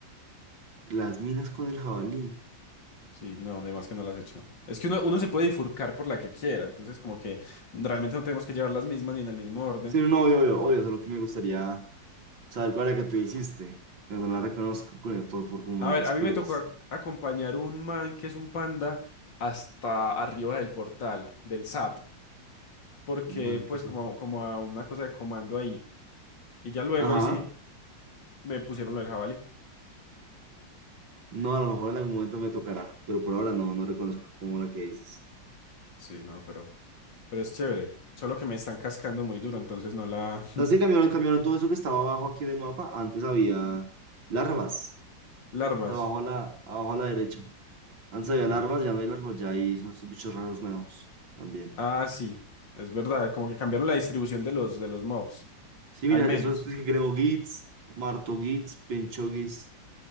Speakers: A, on the right; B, on the left.
A: Las minas con el jabalí.
B: Sí, no, además que no las he hecho. Es que uno, uno se puede bifurcar por la que quiera, entonces como que realmente no tenemos que llevar las mismas ni en el mismo orden.
A: Sí, no, obvio, obvio, obvio. Solo que me gustaría saber cuál es la que tú hiciste. Pero no la reconozco con el- por, por cómo
B: A
A: me la
B: ver,
A: describes.
B: a mí me tocó ac- acompañar un man que es un panda hasta arriba del portal, del SAP, porque
A: Un Man, que
B: pues
A: es
B: como,
A: un...
B: como a una cosa de comando ahí. Y ya luego
A: Ajá.
B: ahí sí me pusieron lo del jabalí.
A: No, a lo mejor en algún momento me tocará. Pero por ahora no, no reconozco como la que dices.
B: Sí, no, pero, pero es chévere. Solo que me están cascando muy duro, entonces no la
A: O sea, sí cambiaron, cambiaron todo eso que estaba abajo aquí del mapa. Antes había larvas.
B: <laughs> larvas.
A: abajo a la, abajo a la derecha. Antes había larvas,
B: Ya.
A: ya no hay larvas, ya hay, son estos bichos raros nuevos también.
B: Ah, sí, es verdad, como que cambiaron la distribución de los, de los mobs,
A: Sí,
B: al
A: mira,
B: menos.
A: esos que creo gits, marto gits, pincho gits,